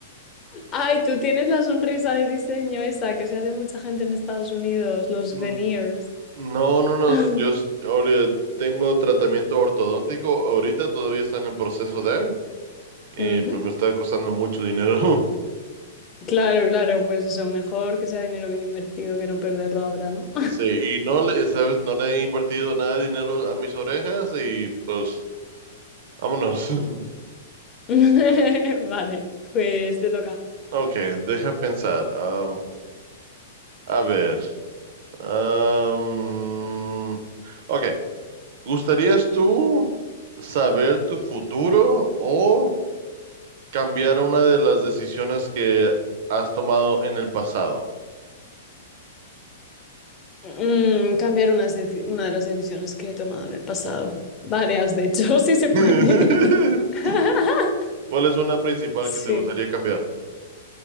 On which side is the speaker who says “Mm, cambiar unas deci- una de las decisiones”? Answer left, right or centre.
Left